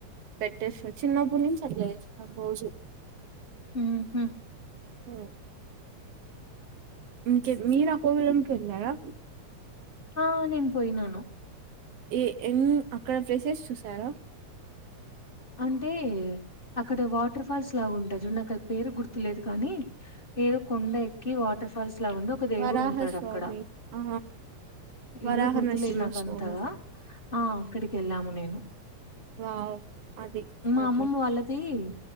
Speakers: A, on the right (about 70°); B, on the left (about 30°).
A: పెట్టేస్త చిన్నప్పుటి అంతే పోజు
B: ఊ హు
A: మ్ ఇంకే మీరు ఆ కోవలోనికెళ్ళారా
B: ఆ నేను పోయినాను
A: ఏ ఎం అక్కడ ప్లేసెస్ చూసారా
B: అంటే అక్కడ వాటర్ ఫాల్స్ లగా ఉంటయి జూడు నా కది పేరు గుర్తులేదు కానీ ఏదో కొండ ఎక్కి వాటర్ ఫాల్స్ అట్లా ఉండి ఒక దేవుడు
A: వరాహ
B: ఉంటాడు
A: స్వామి
B: అక్కడ
A: ఆ వరాహ
B: ఏదో గుర్తులేదు
A: నరసింహస్వామి
B: నాక అంతగా ఆ అక్కడికి ఎళ్ళాము నేను
A: వావ్ అది
B: మా
A: కాదు.
B: అమ్మమ్మ వాళ్ళదీ ఉ